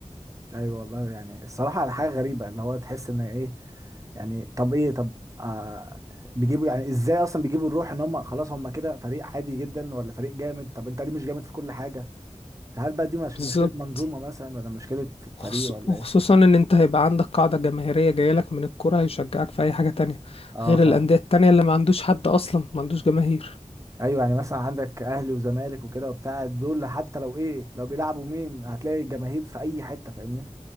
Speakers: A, on the right; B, on the left.
A: ايوه والله يعني الصراحه على حاجه غريبه اللي هو تحس ان ايه يعني طب ايه طب آه بيجيبوا يعني ازاي اصلا بيجيبوا الروح ان هم خلاص هم كده فريق عادي جدا ولا فريق جامد طب انت ليه مش جامد في كل حاجه هل بقى دي مش
B: بالظبط
A: مشكله منظومه مثلا ولا مشكله فريق
B: خص-
A: ولا
B: وخصوصا
A: ايه
B: ان انت هيبقى عندك قاعدة جماهيرية جايلك من الكرة هيشجعك في اي حاجة تانية
A: اه
B: غير
A: فعلا
B: الاندية التانية اللي ما عندوش حد اصلا ما عندوش جماهير
A: ايوه يعني مثلا عندك اهلي وزمالك وكده وبتاع دول حتى لو ايه لو بيلعبوا مين هتلاقي الجماهير في اي حته فاهمني